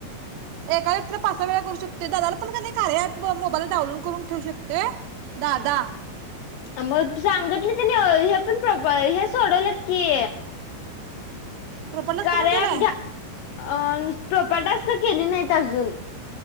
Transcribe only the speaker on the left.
मग सांगितले तनी हे प्रोफाईल हे सोडवलेत की
कार्या
ॲप ग्या अ टोस्क का केली नाहीत अजून.